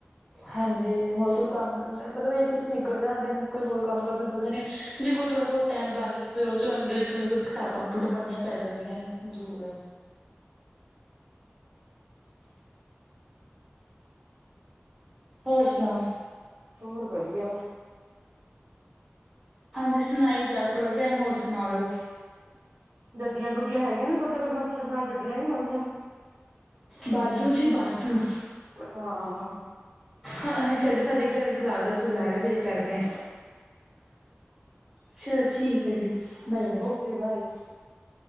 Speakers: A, in the centre; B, on the right.
A: ਹਾਂਜੀ ਹੋਰ ਕੋਈ ਕੰਮ ਮਤਲਬ ਇਸੇ ਚ ਨਿਕਲ ਜਾਂਣਾ ਦਿਨ ਕੋਈ ਹੋਰ ਕੰਮ ਕਰਨ ਨੂੰ ਮਿਲਦਾ ਨਹੀ। ਜੇ ਕੋਈ ਥੋੜ੍ਹਾ ਬਹੁਤ ਟਾਈਮ ਪਾਸ ਦਾ ਫਿਰ ਉਹ 'ਚ ਆਏ ਹੁੰਦਾ ਥੋੜ੍ਹੀ ਬਹੁਤ ਕਿਤਾਬਾਂ -ਕੁਤੁਬਾ ਪੜ੍ਹੀਆਂ ਪੈ ਜਾਂਦੀਆਂ ਨੇ ਮਜ਼ਬੂਰ। ਹੋਰ ਸੁਣਾਓ।
B: ਹੋਰ ਵਧੀਆ।
A: ਜੀ ਸੁਣਾਈ ਜਾ ਥੋੜ੍ਹਾ ਟਾਈਮ ਹੋਰ ਸੁਣਾ ਲੋ।
B: ਡੱਡੀਆਂ -ਡੁੱਡੀਆਂ ਹੈਗੀਆਂ ਨੇ ਸੋਡੇ ਤਾਂ ਫਿਰ ਮੱਛਰ ਨਾਲ ਡੱਡੀਆਂ ਵੀ ਹੋਣੀਆਂ।
A: ਬਾਦੂ ਜੀ ਬਾਦੂ।
B: ਹਾਂ।
A: ਹਾਂ, ਛੱਡੋ ਸਾਡੇ ਘਰ ਗੁਲਾਬ ਦਾ ਫੁੱਲ ਹੈਗਾ ਫਿਰ ਕਰਦੇ ਹਾਂ। ਚਲੋ ਠੀਕ ਏ ਜੀ। Bye
B: okay bye.